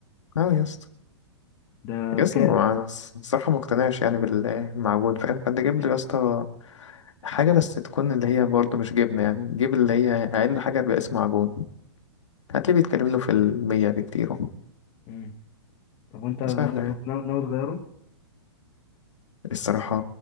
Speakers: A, on the left; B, on the left.
A: اه يا اسطى
B: ده
A: يا
B: بكام
A: اسطى ما- انا الص- الصراحة ما اقتنعش يعني بالمعجون فاهم فانت جيب لي يا اسطى حاجة بس تكون اللي هي برضه مش جبنة يعني جيب اللي هي اقل حاجة باسم معجون هتلاقيه بيتكلم له في المية بكتير أهو.
B: امم طب وانت
A: سهلة
B: ناوي
A: يعني
B: تط- ناوي ناوي تغيره
A: الصراحة